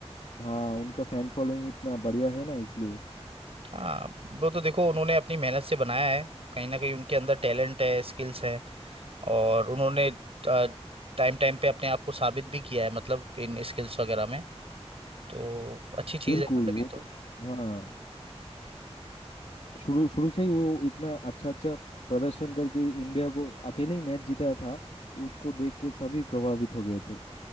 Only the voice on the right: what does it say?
हाँ वो तो देखो उन्होंने अपनी मेहनत से बनाया है कहीं ना कहीं उनके अंदर टैलेंट है स्किल्स है और उन्होंने टाइम टाइम पे अपने आप को साबित भी किया है मतलब इन स्किल्स वगैरह में तो अच्छी चीज़
है मतलब
ये तो